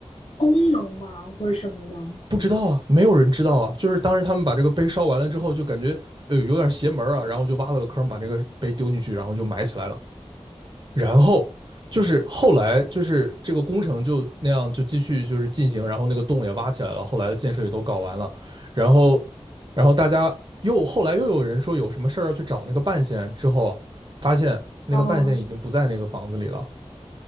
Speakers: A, on the left; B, on the right.
A: 功能吗？或者什么的？
B: 不知道啊，没有人知道啊。就是当时他们把这个碑烧完了之后，就感觉呃有点邪门啊，然后就挖了个坑，把这个碑丢进去，然后就埋起来了。然后就是后来就是这个工程就那样就继续就是进行，然后那个洞也挖起来了，后来的建设也都搞完了，然后然后大家又后来又有人说有什么事儿要去找那个半仙，之后啊发现那个半仙已经不在那个房子里了，
A: 嗯，